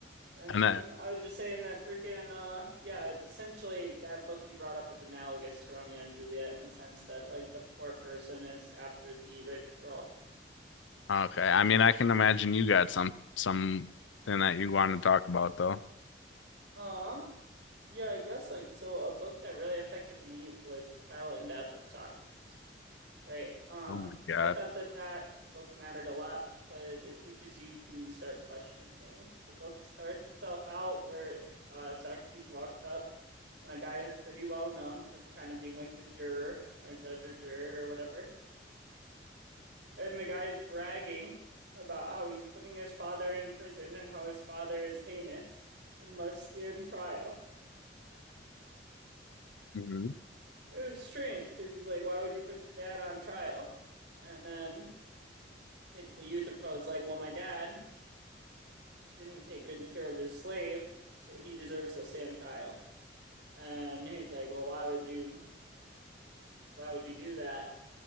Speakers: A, on the right (about 70°); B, on the left (about 85°).
A: or anything.
B: And then
A: I was just saying that freaking, uh, yeah, it's essentially that book you brought up is analogous to Romeo and Juliet in the sense that like the poor person is after the rich girl.
B: okay, I mean, I can imagine you got some something that you want to talk about though.
A: Um, yeah, I guess like so. A book that really affected me was The Trial and Death of Socrates. Right. Um,
B: Oh my God.
A: I thought that that book mattered a lot because it teaches you to start questioning things. The book starts itself out where uh, Socrates walks up on a guy who's pretty well known for kind of being like the juror or judge or juror or whatever. And the guy's bragging about how he's putting his father in prison and how his father is heinous and must stand trial.
B: hmm
A: It was strange because he's like, why would you put your dad on trial? And then basically Euthyphro's like, well, my dad didn't take good care of his slave, so he deserves to stand trial. And he's like, well, why would you, like, why would you do that?